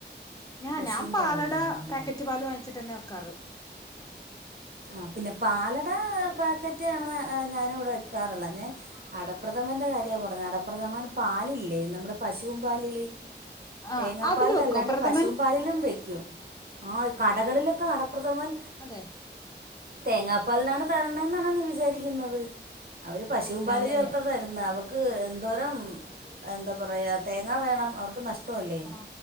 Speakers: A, on the left; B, on the right.
A: ഞാൻ
B: പശുവും
A: ഞാൻ പാലട
B: പാലില്ലേ നമ്മുടെ
A: പേക്കറ്റ് പാല് വാങ്ങിച്ട്ടന്നെ വെക്കാറ്.
B: ആഹ് പിന്നെ പാലട പാക്കറ്റ് ആണ് ഞാന് ഇവിടെ വക്കാറുള്ളത്. അടപ്രഥമന്റെ കാര്യ പറഞ് അടപ്രഥമന്റെ പാലില്ലേ നമ്മുടെ പശുവിൻ പാലില്.
A: ആ
B: തേങ്ങാ
A: അതില്
B: പാലി
A: വെക്കോ
B: ലല്ലാണ്ട്
A: പ്രഥമൻ
B: പശുപാലിലും വെക്കും ആ കടകളിലൊക്കെ കടപ്രഥമൻ.
A: അതെ.
B: തേങ്ങാപ്പാലിനാണ് തരണെന്നാണ നീ വിചാരിക്കുന്നത് അവര് പശുവും
A: അല്ലല്ലേ
B: പാല് ചേർത്ത തരുന്നെ അവർ എന്തോര എന്താ പറയാ തേങ്ങ വേണം അവർക്ക് നഷ് ഷ്ടല്ലേ
A: ആ